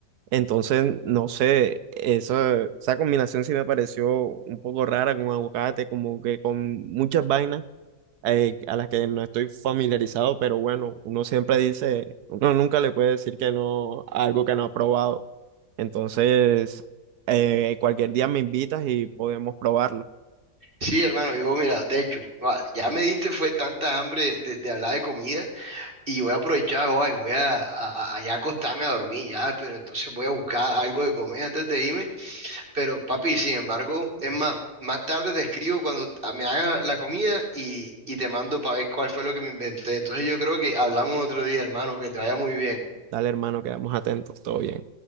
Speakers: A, on the right (about 70°); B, on the right (about 30°).
A: Entonces, no sé, eso, esa combinación sí me pareció un poco rara con aguacate, como que con muchas vainas eh, a las que no estoy familiarizado, pero bueno, uno siempre dice, uno nunca le puede decir que no a algo que no ha probado. Entonces, eh, cualquier día me invitas y podemos probarlo.
B: Sí, hermano, yo mira, de hecho, va, ya me diste fue tanta hambre de, de hablar de comida y voy a aprovechar hoy, voy a, a, a- ya acostarme a dormir, ya, pero entonces voy a buscar algo de comer antes de irme, pero papi, sin embargo, es más, más tarde te escribo cuando a- me haga la comida y, y te mando para ver cuál fue lo que me inventé. Entonces yo creo que hablamos otro día, hermano, que te vaya muy bien.
A: Dale, hermano, quedamos atentos, todo bien.